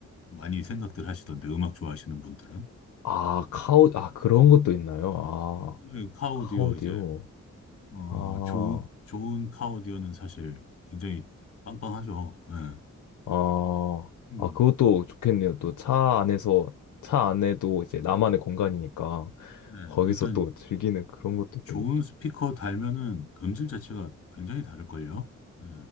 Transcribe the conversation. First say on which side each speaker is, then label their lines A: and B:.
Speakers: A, on the left; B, on the left.
A: 많이 생각들 하시던데, 음악 좋아하시는 분들은.
B: 아, 카우, 아, 그런 것도 있나요? 아.
A: 예, 카오디오
B: 카오디오.
A: 이제, 어,
B: 아,
A: 좋은, 좋은 카오디오는 사실 굉장히 빵빵하죠. 예.
B: 아,
A: 음,
B: 아, 그것도 좋겠네요. 또 차 안에서, 차 안에도 이제 나만의 공간이니까
A: 네.
B: 거기서
A: 일단
B: 또 즐기는 그런 것도 있겠네요.
A: 좋은 스피커 달면은 음질 자체가 굉장히 다를걸요. 예.